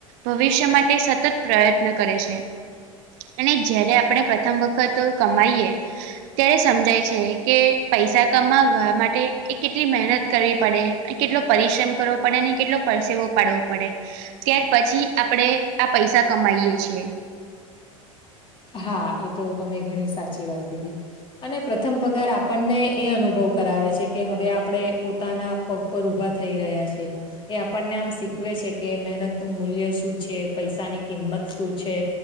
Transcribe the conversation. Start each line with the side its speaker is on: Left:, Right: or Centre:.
Right: ભવિષ્ય માટે સતત પ્રયત્ન કરે છે. અને જયારે આપણે પ્રથમ વખત કમાઈએ ત્યારે સમજાય છે. કે પૈસા કમાવા માટે એ કેટલી મહેનત કરવી પડે. કેટલો પરિશ્રમ કરવો પડે. અને કેટલો પરસેવો પાડવો પડે ત્યાર પછી આપણેે આ પૈસા કમાઈએ છીએ.
Left: હા એ તો તમે ઘણી સાચી વાત કીધી. અને પ્રથમ પગાર આપણને એ અનુભવ કરાવે છે. કે હવે આપણે પોતાના પગ પગ ઉભા થઈ રહ્યા છે. એ આપણને આમ શીખવે છે. કે મહેનત નું મૂલ્ય શું છે. પૈસાની કિંમત શું છે.